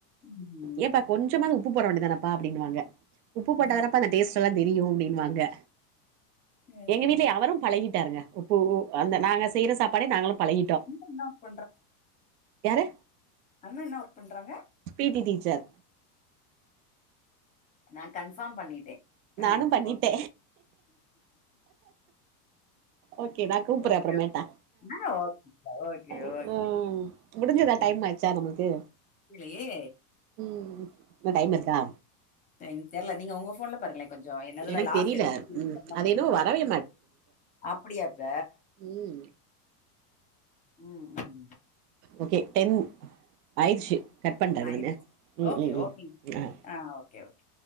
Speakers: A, on the left; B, on the right.
A: ம்.
B: ஏ பாப் கொஞ்சமாது உப்பு போட வேண்டதானப்பா அப்டினுவாங்க உப்பு போட்டா
A: ம்.
B: தானப்பா அந்த டேஸ்ட் எல்லாம் தெரியும் அப்டின்வாங்க
A: ம்.
B: எங்க
A: ம்.
B: வீட்ல அவரும் பழகிட்டாருங்க உப்பு அந்த நாங்க செய்யற சாப்பாடு நாங்களும் பழகிட்டோ
A: என்ன ஒர்க்
B: யாரு
A: அண்ண என்ன ஒர்க் பன்றாங்க
B: பி டி டீச்சர்
A: நா கன்ஃபார்ம் பண்ணிட்டே
B: நானு
A: ஆ
B: பண்ணிட்டே
A: ஓகே
B: ஓகே நான் கூப்புற
A: ஓகே
B: அப்பறம்மேட்டா
A: ஓகே ஆ ஓகே ஓகே
B: ஆ
A: ஓகே
B: ம் முடிஞ்சதா
A: ம்
B: டைம் ஆச்சா நம்ளுக்கு
A: இல்லையே
B: ம் இன்னும் டைம் இருக்கா
A: டைம் தெரியல நீங்க உங்க போன்ல பாருங்களே கொஞ்ச சோ என்னதுல
B: எனக்கு
A: லாக்
B: தெரியல
A: எடுத்து குடுத்து
B: ம்
A: பண்ண
B: அது
A: முடியும்
B: என்னவோ வரவே
A: அப்டியாப்ப
B: உம்
A: உம் உம்
B: ஓகே டென் ஆயிடுச்சு கட் பண்ட்றேதான
A: ஆயிரு
B: உம்
A: ஓகே
B: உம் உம்
A: ஓகேங்க
B: ஆ
A: ஓகே ஓகே